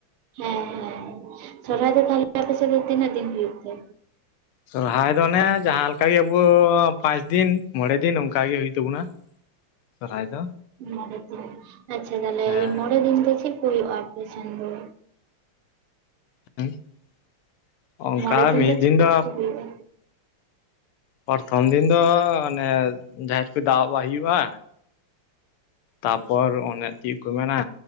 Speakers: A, on the right (about 80°); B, on the left (about 80°).
A: ᱦᱮᱸ ᱦᱮᱸ ᱥᱚᱨᱦᱟᱭ ᱫᱚ ᱛᱟᱦᱚᱞᱮ ᱟᱯᱮ ᱥᱮᱫ ᱫᱚ ᱛᱤᱱᱟᱹᱜ ᱫᱤᱱ ᱦᱩᱭᱩᱜ ᱛᱮ?
B: ᱥᱚᱨᱦᱟᱭ ᱫᱚ ᱚᱱᱮ ᱡᱟᱦᱟ ᱞᱮᱠᱟ ᱜᱮ ᱟᱵᱚ ᱯᱟᱸᱪ ᱫᱤᱱ ᱢᱚᱬᱮ ᱫᱤᱱ ᱚᱱᱠᱟ ᱜᱮ ᱦᱩᱭᱩᱜ ᱛᱟᱵᱩᱱᱟ᱾ ᱥᱚᱨᱦᱟᱭ ᱫᱚ,
A: ᱢᱚᱬᱮ ᱫᱤᱱ ᱟᱪᱪᱷᱟ ᱛᱟᱦᱚᱞᱮ
B: ᱦᱮᱸ
A: ᱢᱚᱬᱮ ᱫᱤᱱ ᱫᱚ ᱪᱮᱫ ᱠᱩ ᱦᱩᱭᱩᱜᱼᱟ ᱚᱯᱮ ᱥᱮᱱ ᱫᱚ?
B: <unintelligible> ᱚᱱᱠᱟ
A: ᱢᱚᱬᱮ
B: ᱢᱤᱫ ᱫᱤᱱ
A: ᱪᱮᱫ
B: ᱫᱚ,
A: ᱠᱚ ᱦᱩᱭᱩᱜᱼᱟ
B: ᱯᱚᱨᱛᱷᱚᱢ ᱫᱤᱱ ᱫᱚ ᱚᱱᱮ ᱡᱟᱦᱮᱨ ᱠᱚ ᱫᱟᱵᱟᱜ ᱦᱩᱭᱩᱜᱼᱟ᱾ ᱛᱟᱯᱚᱨ ᱚᱱᱮ ᱪᱮᱫ ᱠᱚ ᱢᱮᱱᱟ